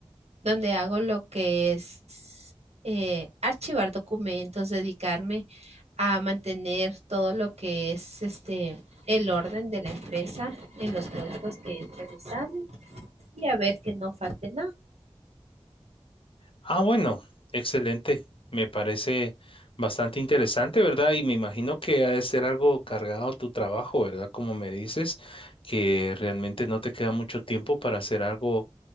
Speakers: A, on the right; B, on the left.
A: donde hago lo que es eh, archivar documentos, dedicarme a mantener todo lo que es este el orden de la empresa en los productos que realizamos y a ver que no falte nada.
B: Ah, bueno, excelente. Me parece bastante interesante, ¿verdad? Y me imagino que ha de ser algo cargado tu trabajo, ¿verdad? Como me dices, que realmente no te queda mucho tiempo para hacer algo